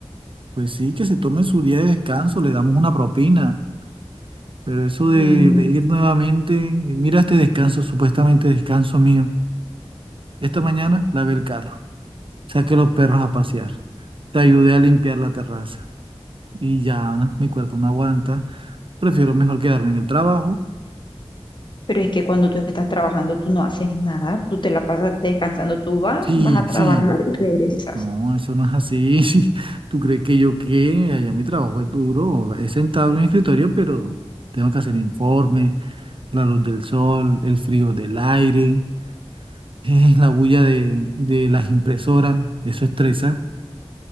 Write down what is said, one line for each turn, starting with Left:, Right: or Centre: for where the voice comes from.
Right: Pues sí, que se tome su día de descanso, le damos una propina. Pero eso de,
Left: Mm,
Right: de ir nuevamente, eh, mira este descanso, supuestamente descanso mío. Esta mañana lavé el carro, saqué los perros a pasear, te ayudé a limpiar la terraza y ya mi cuerpo no aguanta. Prefiero mejor quedarme en el trabajo.
Left: Pero es que cuando tú estás trabajando, tú no haces nada, tú te la pasas descansando, tú vas,
Right: Sí,
Left: vas a trabajar
Right: sí,
Left: y regresas.
Right: No, eso no es así. <laughs> ¿Tú crees que yo qué? Allá mi trabajo es duro. He sentado en el escritorio, pero tengo que hacer informes, la luz del sol, el frío del aire, <laughs> eh, la bulla de, de las impresoras. Eso estresa.